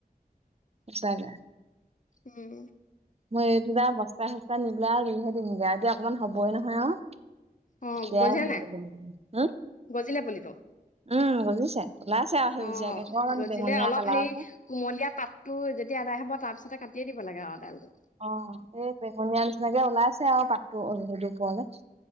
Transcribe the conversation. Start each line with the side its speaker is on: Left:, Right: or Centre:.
Right: পছাইদে।
Left: উম।
Right: মই এইটো আৰু বস্তাই চস্তাই নি পেলাই আৰু ৰুইহে দিমগে এতিয়া, অকনমান হ'বই নহয় আৰু
Left: অ
Right: বেয়া
Left: গজিলে নাই
Right: হ'বগে।
Left: গজিলে পুলিটো?
Right: উম্, গজিছে, ওলাইছে আৰু সেউজীয়াকে
Left: অ
Right: অকনমান
Left: গজিলে
Right: বেঙুনীয়া
Left: অলপ
Right: কালাৰ
Left: হেৰি
Right: কে
Left: কুমলীয়া পাতটো যেতিয়া আদায় হ'ব, তাৰপিছতে কাটিয়ে দিব লাগে আৰু দালটো
Right: অ', এই বেঙুনিয়া নিচিনাকে ওলাইছে আৰু পাটতো সেই উপৰলে